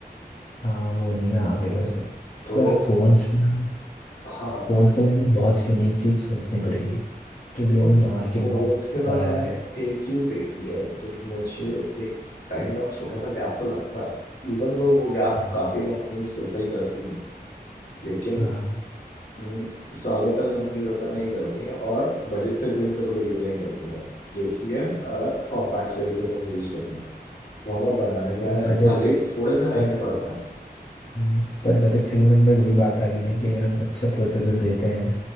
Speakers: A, on the left; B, on the left.
A: हाँ वो नहीं मैं आगे वैसे
B: तो
A: पर फोन्स पे हम
B: हाँ
A: फोन्स के लिए हमें बहुत यूनिक चीज सोचनी पड़ेगी क्योंकि
B: देखो
A: अभी मार्केट
B: फोर्स
A: बहुत
B: के साथ
A: बड़ा
B: मैंने
A: है
B: एक चीज देखी है जो कि मुझे एक काइंड ऑफ छोटा सा गैप तो लगता है इवन दो वो गैप
A: हम्म।
B: काफी कंपनीज फुलफिल करती हैं लेकिन
A: हाँ
B: हम्म, ज्यादातर कंपनीज ऐसा नहीं करती हैं और बजट सेगमेंट पे तो बिल्कुल नहीं करती हैं जो कि है कॉम्पैक्ट साइज के फोन यूज करना वावा बनाने में
A: पर बजट
B: भले ही थोड़े से महंगे
A: पर
B: पड़ते हैं
A: हम्म, पर बजट सेगमेंट में वही बात आ गई ना कि अगर हम अच्छा प्रोसेसर देते हैं